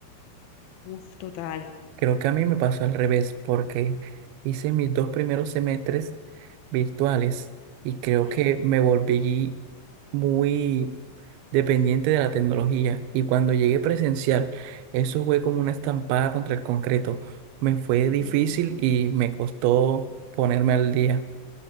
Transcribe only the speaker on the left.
Uf, total.
Ujú.
Dios
mío.